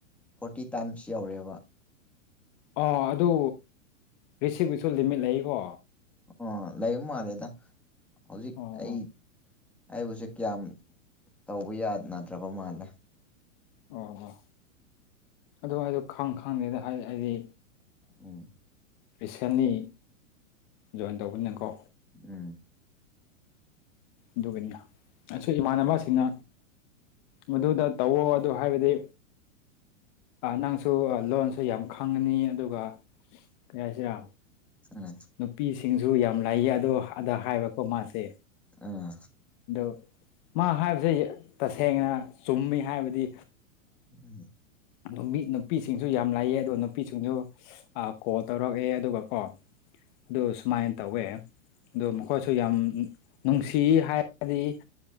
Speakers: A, in the centre; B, on the left.
A: ꯐꯣꯔꯇꯤ ꯇꯥꯏꯝꯁ ꯌꯧꯔꯦꯕ
B: ꯑ ꯑꯗꯨ ꯔꯤꯁꯤꯞꯀꯤꯁꯨ ꯂꯤꯃꯤꯠ ꯂꯩꯀꯣ
A: ꯑꯣ ꯂꯩꯕ ꯃꯥꯜꯂꯦꯗ ꯍꯧꯖꯤꯛ
B: ꯑꯣ
A: ꯑꯩ ꯑꯩꯕꯨꯁꯦ ꯀꯌꯥꯝ ꯇꯧꯕ ꯌꯥꯅꯗ꯭ꯔꯕ ꯃꯥꯜꯂꯦ
B: ꯑꯣ ꯑꯣ ꯑꯗꯨ ꯑꯩꯗꯣ ꯈꯪ ꯈꯪꯗꯦꯗ ꯍꯥꯏ ꯍꯥꯏꯗꯤ
A: ꯎꯝ
B: ꯔꯤꯁꯦꯟꯂꯤ ꯖꯣꯏꯟ ꯇꯧꯕꯅꯤꯅꯀꯣ
A: ꯎꯝ
B: ꯑꯗꯨꯒꯅꯤ ꯑꯩ ꯏꯃꯥꯟꯅꯕꯁꯤꯡꯅ ꯃꯗꯨꯗ ꯇꯧꯋꯣ ꯑꯗꯨ ꯍꯥꯏꯕꯗꯤ ꯅꯪꯁꯨ ꯂꯣꯟꯁꯨ ꯌꯥꯝ ꯈꯪꯉꯅꯤ ꯑꯗꯨꯒ ꯀꯩ ꯍꯥꯏꯁꯤꯔꯥ
A: ꯎꯝ
B: ꯅꯨꯄꯤꯁꯤꯡꯁꯨ ꯌꯥꯝ ꯂꯥꯏꯌꯦ ꯑꯗꯣ ꯑꯗ ꯍꯥꯏꯕꯀꯣ ꯃꯥꯁꯦ
A: ꯑꯥ
B: ꯑꯗꯣ ꯃꯥ ꯍꯥꯏꯕꯁꯦ ꯇꯁꯦꯡꯅ ꯆꯨꯝꯃꯤ ꯍꯥꯏꯕꯗꯤ
A: ꯎ
B: ꯅꯨ ꯅꯨꯄꯤꯁꯤꯡꯁꯨ ꯌꯥꯝ ꯂꯥꯏꯌꯦꯦ ꯑꯗꯣ ꯅꯨꯄꯤꯁꯤꯡꯗꯨ ꯀꯣꯜ ꯇꯧꯔꯛꯑꯦ ꯑꯗꯨꯒ ꯀꯣ ꯑꯗꯨꯗ ꯁꯨꯃꯥꯏꯟ ꯇꯧꯋꯦ ꯑꯗꯨ ꯃꯈꯣꯏꯁꯨ ꯌꯥꯝ ꯅꯨꯡꯁꯤ ꯍꯥꯏꯔꯗꯤ